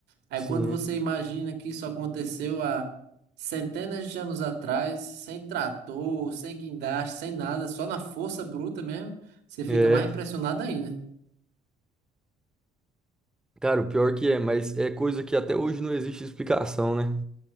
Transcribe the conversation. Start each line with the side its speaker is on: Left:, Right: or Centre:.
Right: Aí
Centre: Sim.
Right: quando você imagina que isso aconteceu há centenas de anos atrás, sem trator, sem guindaste, sem nada, só na força bruta mesmo, você fica
Centre: É.
Right: mais impressionado ainda.
Centre: Cara, o pior que é, mas é coisa que até hoje não existe explicação, né?